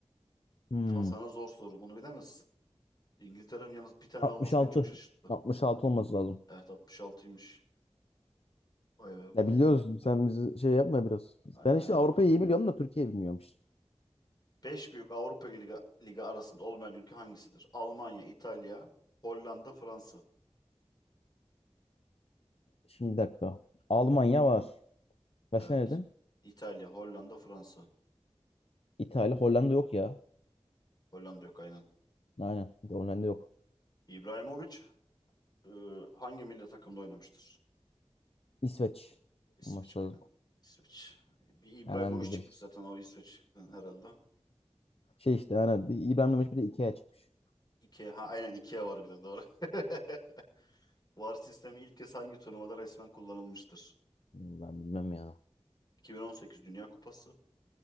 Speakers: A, on the left; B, on the left.
A: Hmm.
B: Al sana zor soru. Bunu bilemezsin. İngiltere'nin yalnız bir tane
A: 66.
B: alması beni çok şaşırttı.
A: 66 olması lazım.
B: Evet 66'ymış. Vay be bunu.
A: Ya biliyoruz sen bizi şey yapma biraz.
B: Aynen
A: Ben işte
B: aynen.
A: Avrupa'yı iyi biliyorum da Türkiye'yi bilmiyorum işte.
B: 5 büyük Avrupa Ligi, Ligi arasında olmayan ülke hangisidir? Almanya, İtalya, Hollanda, Fransa.
A: Şimdi bir dakika. Almanya var. Kaç
B: Evet.
A: ne dedin?
B: İtalya, Hollanda, Fransa.
A: İtalya, Hollanda yok ya.
B: Hollanda yok aynen.
A: Aynen. Bir de Hollanda yok.
B: İbrahimovic e, hangi milli takımda oynamıştır?
A: İsveç
B: İsveç
A: olması
B: aynen.
A: lazım.
B: İsveç. Bir İbrahimovic
A: Hemen
B: çıkmış
A: biliriz.
B: zaten o İsveç'ten herhalde.
A: Şey işte hani bir İbrahim Demiş bir de Ikea çıkmış.
B: Ikea, ha, aynen Ikea var bir de doğru. <laughs> VAR sistemi ilk kez hangi turnuvada resmen kullanılmıştır?
A: Hmm, Ben bilmem ya.
B: 2018 Dünya Kupası,